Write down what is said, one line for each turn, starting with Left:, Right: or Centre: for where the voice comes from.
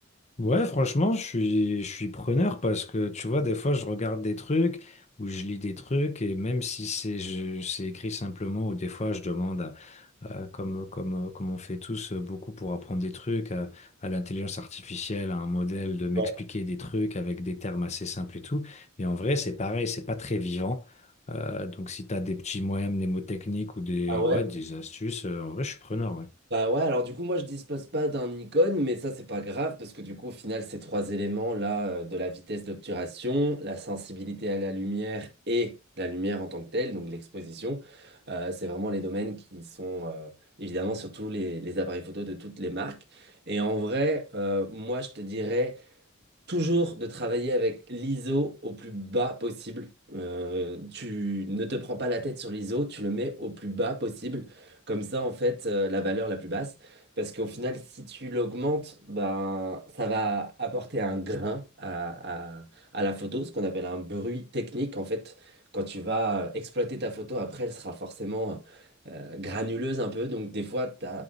Left: Ouais, franchement, je suis, je suis preneur parce que tu vois, des fois, je regarde des trucs ou je lis des trucs et même si c'est je- c'est écrit simplement ou des fois, je demande, à- à- comme, comme, comme on fait tous euh, beaucoup pour apprendre des trucs, à, à l'intelligence artificielle, à un modèle de m'expliquer
Right: Ouais.
Left: des trucs avec des termes assez simples et tout. Mais en vrai, c'est pareil, c'est pas très vivant. Euh, donc, si tu as des petits moyens mnémotechniques ou des,
Right: Ah ouais?
Left: ouais, des astuces, euh, en vrai, je suis preneur, ouais.
Right: Bah ouais, alors du coup, moi je dispose pas d'un icône, mais ça c'est pas grave parce que du coup, au final, ces trois éléments là, euh, de la vitesse d'obturation, la sensibilité à la lumière et la lumière en tant que telle, donc l'exposition, euh, c'est vraiment les domaines qui sont euh, évidemment surtout les, les appareils photo de toutes les marques. Et en vrai, euh, moi je te dirais toujours de travailler avec l'ISO au plus bas possible. Euh, tu ne te prends pas la tête sur l'ISO, tu le mets au plus bas possible. Comme ça, en fait, euh, la valeur la plus basse. Parce qu'au final, si tu l'augmentes, ben, ça va apporter un grain à, à- à la photo, ce qu'on appelle un bruit technique. En fait, quand tu vas exploiter ta photo, après, elle sera forcément euh, granuleuse un peu. Donc, des fois, tu